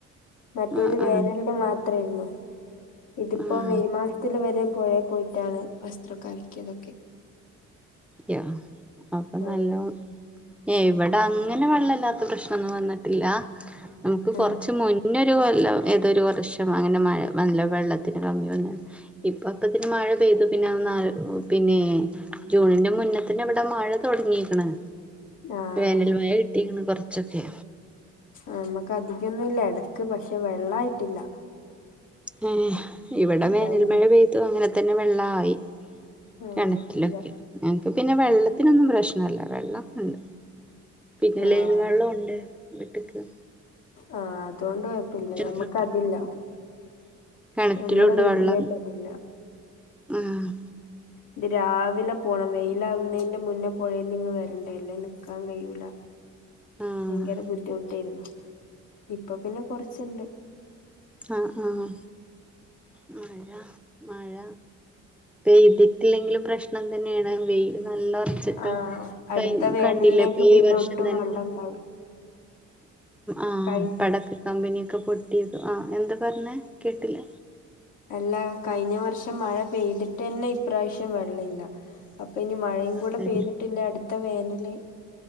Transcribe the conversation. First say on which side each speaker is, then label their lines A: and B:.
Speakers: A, on the left (about 85°); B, in the centre.
A: മറ്റേത്
B: ആഹ്
A: വേനലിന്
B: ആഹ്
A: മാത്രേയുള്ളൂ ഇതിപ്പോ
B: ആഹ്
A: മെയ് മാസത്തില് വരെ പുഴെ പോയിട്ടാണ് വസ്ത്രൊക്കെ അലക്കിയതൊക്കെ
B: യാ അപ്പൊ
A: ആഹ്
B: നല്ല വെ ഏ ഇവിടങ്ങനെ വെള്ളല്ലാത്ത പ്രശ്നൊന്നും വന്നിട്ടില്ല നമുക്ക്
A: ആഹ്
B: കൊറച്ച് മുന്നൊരു കൊല്ലം ഏതൊ ഒരു വർഷം അങ്ങനെ മഴ നല്ല വെള്ളത്തിന് കമ്മി വന്നു ഇപ്പൊ അപ്പത്തിന് മഴ പെയ്തു പിന്നെ അന്ന് ആലോ ഒ പിന്നേ ജൂണിന്റെ മുന്ന തന്ന ഇവിടെ മഴ തുടങ്ങിയിരിക്കണ്
A: ആഹ്
B: വേനൽ മഴ കി ട്ടീക്കിണ് കുറച്ചൊക്കെ.
A: നമ്മക്ക് അധികൊന്നുംല്ല എടക്ക് പക്ഷെ വെള്ളായിട്ടില്ല.
B: ഉം ഇവിടെ വേനൽ
A: ഭയ
B: മഴ പെയ്തു അങ്ങനെ തന്നെ വെള്ള ആയി.
A: ആഹ്
B: കെണറ്റിലൊക്കെ.
A: അല്ല
B: ഞങ്ങക്ക് പിന്നെ വെള്ളത്തിനൊന്നും പ്രശ്നല്ല വെള്ളൊക്ക ഉണ്ട്. പിന്നെ
A: ആഹ്
B: ലൈൻ വെള്ളം ഉണ്ട്, വീട്ക്ക്.
A: ആ അതുകൊണ്ട് കൊഴപ്പില്ല നമുക്ക്
B: കുഴപ്പല്ല
A: അത് ഇല്ല.
B: ഉം കിണറ്റിലുണ്ട്
A: നമ്മള വീട്ടിലേക്കതില്ല.
B: വെള്ളം ആഹ്
A: ഇത് രാവിലെ പോണം. വെയില ആവുന്നതിന്റെ മുന്നേ പുഴേന്ന്ങ്ങ് വരണ്ടേ അല്ലേ നിക്കാൻ കഴിയൂല.
B: ആഹ്
A: ഭയങ്കര ബുദ്ധിമുട്ടായിരുന്നു. ഇപ്പൊ പിന്നെ കൊറച്ചുണ്ട്.
B: ആഹ് ആ മഴ, മഴ പെയ്തിട്ടില്ലെങ്കിലും പ്രശ്നം തന്നെണ്. വെയില് നല്ല വച്ചിട്ട്
A: ആഹ് അടുത്ത
B: ക
A: വേനലിലേക്ക്
B: കണ്ടില്ലേ ഇപ്പൊ ഈ
A: പിന്നെ
B: വർഷം
A: ഒട്ടും
B: തന്നെ,
A: വെള്ളം ഇണ്ടാവില്ല
B: ആ
A: കഴി
B: പടക്ക കമ്പനിയൊക്കെ പൊട്ടിയത്. ആ എന്താ പറഞ്ഞെ, കേട്ടില്ല.
A: അല്ലാ കഴിഞ്ഞ വർഷം മഴ പെയ്തിട്ട് തന്നെ ഇപ്രാവശ്യം വെള്ളം ഇല്ല. അപ്പൊ ഇനി മഴയും
B: അതന്നെ
A: കൂടെ പെയ്തിട്ടില്ല അടുത്ത വേനല്,